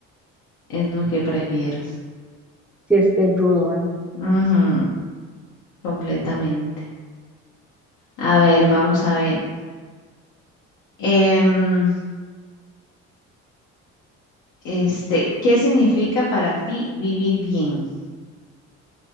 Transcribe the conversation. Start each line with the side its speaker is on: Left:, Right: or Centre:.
Left: es lo que prefiero.
Centre: Si es que es rudo, ¿va?
Left: Ujú, completamente. A ver, vamos a ver. Em, este, ¿qué significa para ti vivir bien?